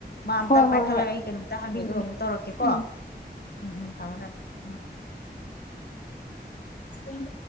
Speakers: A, on the left; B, on the left.
A: ꯃꯥ ꯑꯝꯇ
B: ꯍꯣꯏ
A: ꯄꯥꯏꯈꯠꯂꯒ
B: ꯍꯣꯏ ꯍꯣꯏ
A: ꯑꯩ ꯀꯩꯅꯣꯝꯇ ꯍꯪꯒꯦ
B: ꯎꯝ
A: ꯑꯗꯨꯒ
B: ꯎꯝ
A: ꯑꯃꯨꯛ ꯇꯧꯔꯛꯀꯦꯀꯣ
B: ꯎꯝ
A: ꯎꯝ ꯎꯝ ꯊꯝꯃꯣ ꯊꯝꯃꯣ ꯎꯝ
B: ꯎ